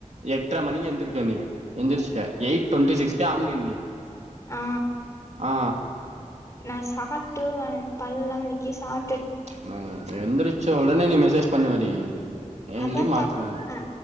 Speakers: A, on the right (about 60°); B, on the left (about 25°).
A: எட்டரை மணி எந்திருக்கே நீ எந்திரிருச்ட எயிட் டொண்ட்டி சிக்ஸ்கே ஆன்லைன் நீ
B: ஆ
A: ஆ
B: நா சாப்ட்டு பல்லெல்லா வெளக்கி சாப்ப
A: மே எந்தருச்ச உடனே நீ மெசேஜ் பண்ணுவடி ஏன்டி
B: அதா ப
A: மாத்துற
B: ன